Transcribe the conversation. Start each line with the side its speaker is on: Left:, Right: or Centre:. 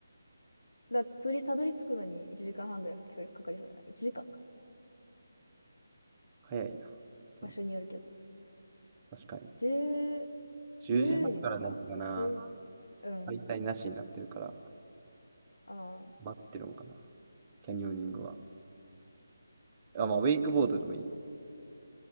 Left: だって、それたどり着くのに1時間半ぐらいかかりかかりそうじゃない ?1 時間か。
Right: 早いな。でも、
Left: 場所によるけど。
Right: 確かに。
Left: 10、
Right: 10時半からのやつがな、
Left: 時とか1ううん。
Right: 開催なしになってるから、
Left: ああ。
Right: 待ってるんかな。キャニオニングは。あ、まあ、ウェイクボードでもいい。